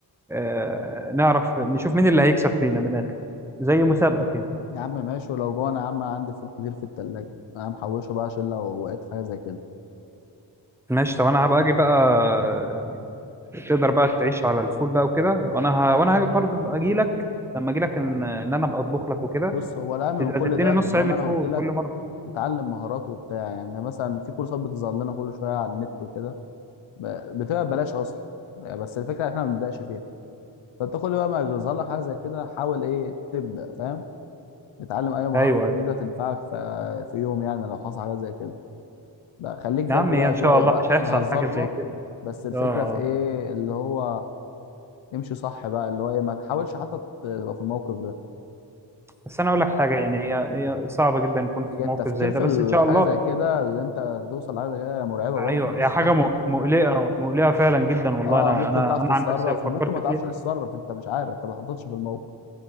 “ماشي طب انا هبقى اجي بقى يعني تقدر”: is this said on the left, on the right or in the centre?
Centre